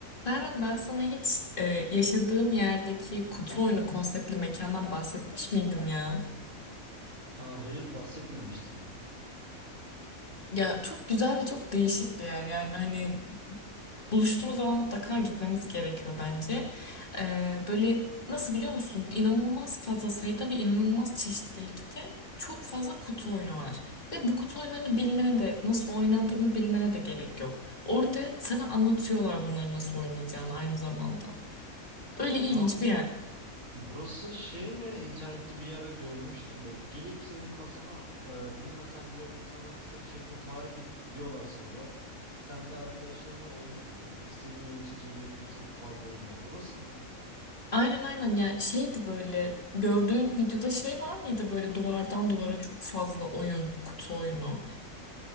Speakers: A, on the left (about 40°); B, on the right (about 80°).
A: Serhan ben sana hiç e, yaşadığım yerdeki kutu oyunu konseptli mekandan bahsetmiş miydim ya?
B: Aa, hayır bahsetmemiştin.
A: Ya çok güzel ve çok değişik bir yer yani hani buluştuğumuz zaman mutlaka gitmemiz gerekiyor bence. E, böyle nasıl biliyor musun? İnanılmaz fazla sayıda ve inanılmaz çeşitlilikte çok fazla kutu oyunu var. Ve bu kutu oyunlarını bilmene de nasıl oynandığını bilmene de gerek yok. Orada sana anlatıyorlar bunları nasıl oynayacağını aynı zamanda. Öyle ilginç
B: Aa,
A: bir yer.
B: burası şey mi? İnternette bir ara görmüştüm böyle. Gelip senin masana e, bilmesen bile oyunu sana kısa bir şekilde tarif edip gidiyorlar sonra. Sen de arkadaşlarınla oynuyorsun böyle. İstediğin oyun seçebiliyorsun. Çok fazla oyun var. Orası mı?
A: Aynen aynen ya şeydi böyle gördüğün videoda şey var mıydı böyle duvardan duvara çok fazla oyun kutu oyunu.